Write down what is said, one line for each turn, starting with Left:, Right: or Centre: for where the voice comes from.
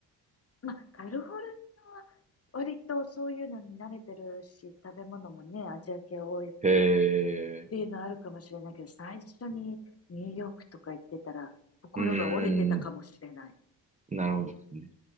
Left: まあ、カリフォルニアは割とそういうのに慣れてるし、食べ物もね、アジア系多くて、
Right: へえ。
Left: っていうのあるかもしれないけど、最初にニューヨークとか行ってたら、心が折れてたかもしれない。
Right: うん。なるほどですね。